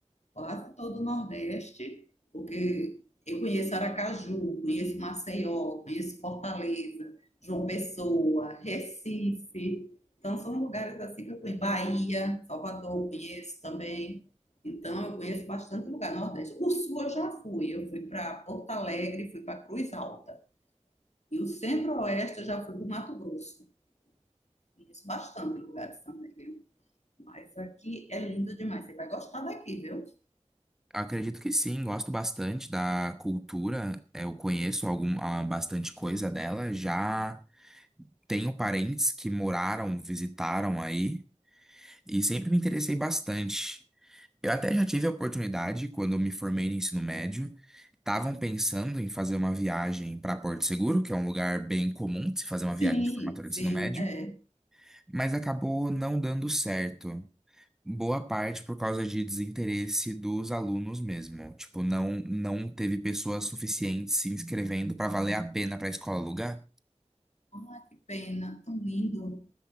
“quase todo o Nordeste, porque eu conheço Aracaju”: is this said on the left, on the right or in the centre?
Left